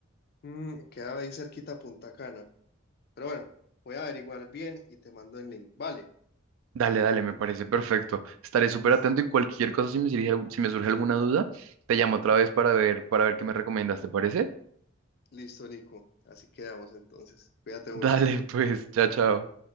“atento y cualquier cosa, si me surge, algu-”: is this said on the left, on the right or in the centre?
Right